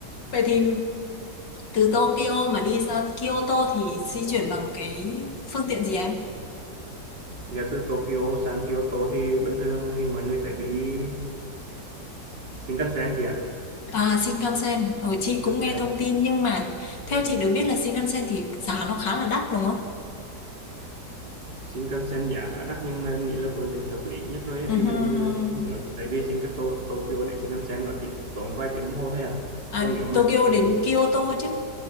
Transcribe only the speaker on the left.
vậy thì từ Tokyo mà đi ra Kyoto thì di chuyển bằng cái phương tiện gì em
À, Shinkansen, Ồ, chị
cũng nghe thông tin nhưng mà theo
chị được biết là Shinkansen thì giá nó khá là đắt đúng không?
Ừ,
hừ,
hừ.
À,
Tokyo
đến Kyoto chứ.